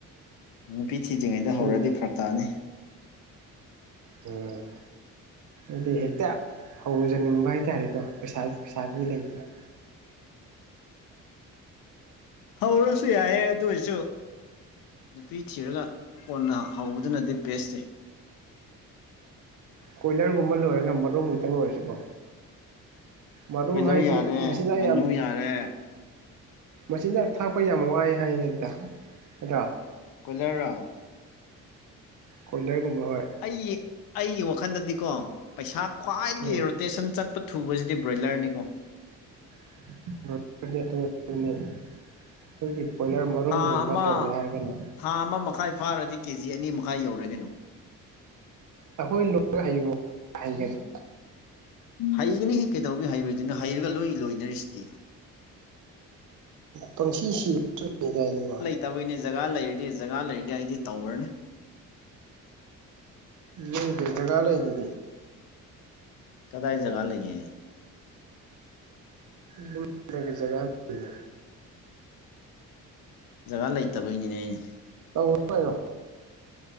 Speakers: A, on the left; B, on the right.
A: ꯅꯨꯄꯤ ꯊꯤꯗ꯭ꯔꯤꯉꯩꯗ
B: ꯊꯤꯗ꯭ꯔꯤ
A: ꯍꯧꯔꯗꯤ ꯐꯔꯛ ꯇꯥꯅꯤ
B: ꯎꯝ ꯑꯩꯗꯤ ꯍꯦꯛꯇ ꯍꯧꯖꯅꯤꯡꯕ ꯍꯥꯏꯇꯥꯔꯦꯀꯣ ꯄꯩꯁꯥ ꯄꯩꯁꯥꯕꯨꯗꯤ ꯂꯩꯇꯦ
A: ꯍꯧꯔꯁꯨ ꯌꯥꯏꯑꯦ ꯑꯗꯨ ꯑꯣꯏꯔꯁꯨ ꯅꯨꯄꯤ ꯊꯤꯔꯒ ꯀꯣꯟꯅ ꯍꯧꯕꯗꯨꯅꯗꯤ ꯕꯦꯁꯁꯦ
B: ꯀꯣꯏꯂꯔꯒꯨꯝꯕ ꯂꯣꯏꯔꯒ ꯃꯔꯨꯝ ꯈꯤꯇꯪ ꯑꯣꯏꯔꯁꯨꯀꯣ ꯃꯔꯨꯝ
A: ꯀꯣꯏꯂꯔ
B: ꯍꯥꯏꯁꯤ
A: ꯌꯥꯔꯦ
B: ꯃꯆꯤꯟꯖꯥꯛ
A: ꯉꯥꯅꯨ
B: ꯌꯥꯝ
A: ꯌꯥꯔꯦ
B: ꯃꯆꯤꯟꯖꯥꯛ ꯊꯥꯛꯄ ꯌꯥꯝ ꯋꯥꯏꯍꯦ ꯍꯥꯏꯅꯗ ꯅꯠꯗ꯭ꯔꯥ
A: ꯀꯣꯏꯂꯔ ꯔꯣ
B: ꯀꯣꯏꯂꯔ ꯒꯨꯝꯕ ꯍꯣꯏ
A: ꯑꯩꯒꯤ ꯑꯩꯒꯤ ꯋꯥꯈꯟꯗꯗꯤꯀꯣ ꯄꯩꯁꯥ ꯈ꯭ꯋꯥꯏꯗꯒꯤ
B: ꯎꯝ
A: ꯔꯣꯇꯦꯁꯟ ꯆꯠ ꯊꯨꯕꯁꯤꯗꯤ ꯕ꯭ꯔꯣꯏꯂꯔꯅꯤꯀꯣ
B: <unintelligible> <unintelligible> ꯑꯩꯈꯣꯏꯒꯤ ꯀꯣꯏꯂꯔ ꯃꯔꯨꯝꯒꯨꯝꯕ
A: ꯊꯥ ꯑꯃ
B: ꯇꯧꯒꯦ ꯍꯥꯏꯔꯒꯅ
A: ꯊꯥ ꯑꯃ ꯃꯈꯥꯏ ꯐꯥꯔꯗꯤ ꯀꯦ ꯖꯤ ꯑꯅꯤ ꯃꯈꯥꯏ ꯌꯧꯔꯦ ꯀꯩꯅꯣ
B: ꯑꯩꯈꯣꯏ ꯂꯣꯏ ꯍꯩꯕꯨ ꯍꯩꯒꯗ꯭ꯔꯣ
A: ꯍꯩꯒꯅꯤꯍꯦ ꯀꯩꯗꯧꯕꯤ ꯍꯩꯔꯣꯏꯗꯣꯏꯅꯣ ꯍꯩꯔꯒ ꯂꯣꯏ ꯂꯣꯏꯅꯔꯤꯁꯤꯗꯤ
B: ꯄꯪꯁꯤ ꯁꯤꯕꯁꯨ ꯂꯩꯗꯥꯏꯅꯦꯀꯣ
A: ꯇꯕꯨꯅꯦ ꯖꯒꯥ ꯂꯩꯔꯗꯤ ꯖꯒꯥ ꯂꯩꯔꯗꯤ ꯑꯩꯗꯤ ꯇꯧꯔꯅꯤ
B: ꯅꯪ ꯖꯒꯥ ꯖꯒꯥ ꯂꯩꯗꯨꯗꯤ
A: ꯀꯗꯥꯏ ꯖꯒꯥ ꯂꯩꯒꯦ
B: ꯌꯨꯝꯗ ꯖꯒꯥ ꯂꯩꯗꯨꯗꯤ
A: ꯖꯒꯥ ꯂꯩꯇꯕꯒꯤꯅꯤꯅꯦ ꯑꯩꯅꯦ
B: ꯇꯧꯑꯣ ꯀꯩꯅꯣ